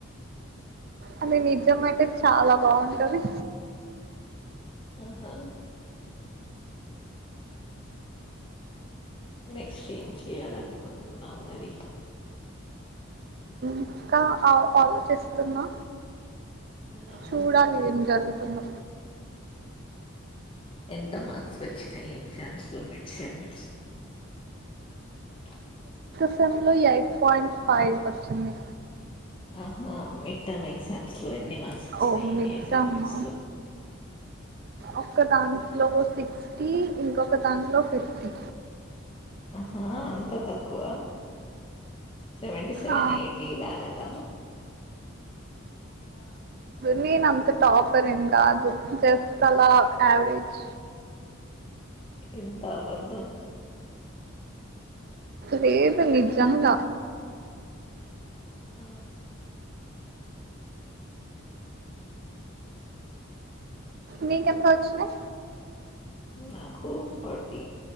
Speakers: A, on the right (about 50°); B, on the left (about 25°).
A: అది నిజం అయితే చాలా బాగుంటది
B: ఆహా నెక్స్ట్ ఏం చేయాలనుకుంటున్నావ్ మరి
A: ఇంకా ఆ ఆలోచిస్తున్నా
B: ఆహా
A: చూడాలి ఏం జరుగుతు ఉున్నా
B: ఎంత మార్క్స్ వచ్చాయి ఎగ్జామ్స్ లో మీకు సెమ్స్ ఆ
A: సెమ్లో ఎయిట్ పాయింట్ ఫైవ్ వచ్చింది
B: ఆహా మిడ్ టమ్ ఎక్సామ్స్ లో ఎన్ని మార్క్స్ వచ్చినాయి
A: ఓ మిడ్
B: ఏ సబ్జెక్ట్స్
A: అమ్మా
B: లో
A: ఒక్క దాంట్లో సిక్స్టీ ఇంకొక దాంట్లో ఫిఫ్టీ
B: ఆహా అంత తక్కువ సెవెంటీ సెవెన్
A: ఆ
B: ఎయిటీ రాలేదా ఆ
A: నేను నంత టాపర్ ఎం కాధు జస్ట్ అలా ఆయావరేజ్
B: ఎంత వద్దు
A: లెధు నిజాంగ
B: ఆ ఆ
A: నీకెంత వచ్చినయి
B: నా ఫర్టీ